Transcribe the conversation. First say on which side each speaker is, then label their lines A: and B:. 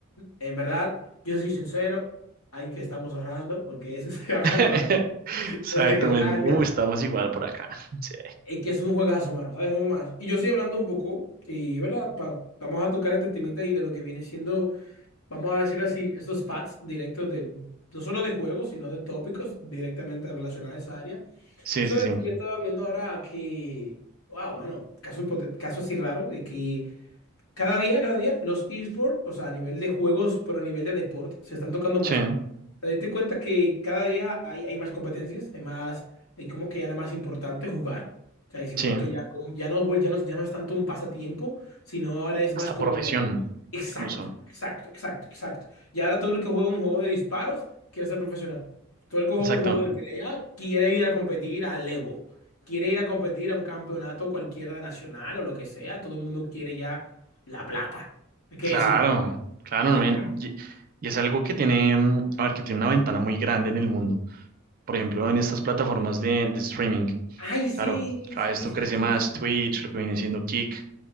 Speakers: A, on the left; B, on the right.
A: en verdad, yo soy sincero, hay que estamos ahorrando porque eso <laughs> se va a
B: <laughs>
A: comprar
B: Exactamente.
A: desde que salga.
B: Uh, estamos igual por acá. Sí,
A: Es que es un juegazo, mano, ¿sabes? Un más. Y yo estoy hablando un poco, y verdad, Pa- vamos a tocar este temita y de lo que viene siendo, vamos a decirlo así, estos facts directos de, no solo de juegos, sino de tópicos directamente relacionados a esa área.
B: sí,
A: Sabes
B: sí, sí.
A: que yo estaba viendo ahora que, wow, mano, caso, hipote- caso así raro, y que cada día, cada día, los esports, o sea, a nivel de juegos, pero a nivel de deporte, se están tocando más.
B: Sí,
A: Te diste cuenta que cada día hay, hay más competencias, hay más, hay como que ahora más importante jugar. O sea, y se
B: sí.
A: ha vuelto ya, como- ya no, vuel- ya no, ya no es tanto un pasatiempo, sino ahora es
B: Hasta
A: más como,
B: profesión,
A: exacto,
B: incluso.
A: exacto, exacto, exacto. Y ahora todo el que juega un juego de disparos quiere ser profesional. Todo el que juega
B: Exacto.
A: un juego de pelea quiere ir a competir al Evo. Quiere ir a competir a un campeonato cualquiera nacional o lo que sea. Todo el mundo quiere ya la Plata. Hay que
B: Claro,
A: decirlo.
B: claro,
A: La
B: men,
A: Plata.
B: Y, y es algo que tiene, mm, a ver, que tiene una ventana muy grande en el mundo. Por ejemplo, en estas plataformas de, de streaming.
A: Ay, sí,
B: Claro, cada
A: sí,
B: vez esto
A: sí,
B: crece
A: sí,
B: más,
A: sí,
B: Twitch, lo que viene siendo Kick.